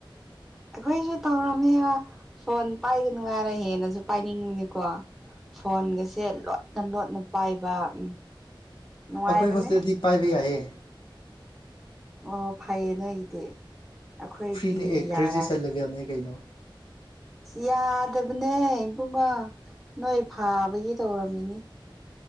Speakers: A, in the centre; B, on the left.
A: ꯑꯩꯈ‌ꯣꯏꯁꯨ ꯇꯧꯔꯝꯃꯦꯕ ꯐꯣꯟ ꯄꯥꯏꯒꯅꯨ ꯍꯥꯏꯔ ꯍꯦꯟꯅꯁꯨ ꯄꯥꯏꯅꯤꯡꯉ‌ꯦꯀꯣ ꯐꯣꯟꯒꯥꯁꯦ ꯂꯣꯠꯅ ꯂꯣꯠꯅ ꯄꯥꯏꯕ ꯎꯝ ꯅꯨꯡꯉꯥꯏꯕꯅꯦ
B: ꯑꯈꯣꯏ ꯍꯣꯁꯇꯦꯜꯗꯤ ꯄꯥꯏꯕ ꯌꯥꯏꯌꯦ
A: ꯑꯣ ꯐꯌꯦ ꯅꯣꯏꯒꯤꯗꯤ ꯑꯈꯣꯏꯗꯤ
B: ꯐ꯭ꯔꯤꯅꯦ ꯑꯦ
A: ꯌꯥꯔꯥ
B: <unintelligible> ꯀꯩꯅꯣ
A: ꯌꯥꯗꯕꯅꯦ ꯏꯕꯨꯡꯉꯣ ꯅꯣꯏ ꯐꯕꯒꯤ ꯇꯧꯔꯝꯃꯤꯅꯤ